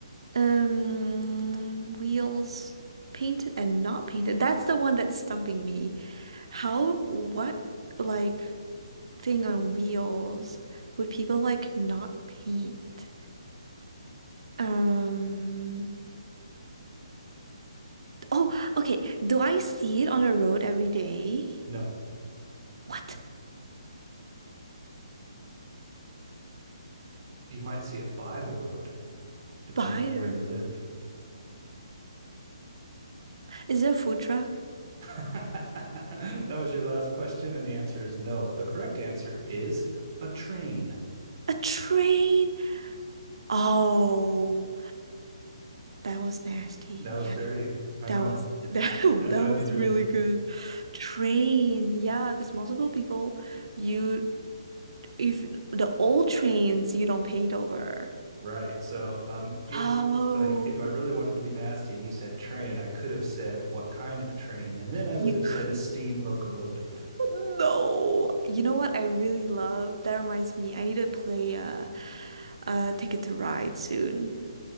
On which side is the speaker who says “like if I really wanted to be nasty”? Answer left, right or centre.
Right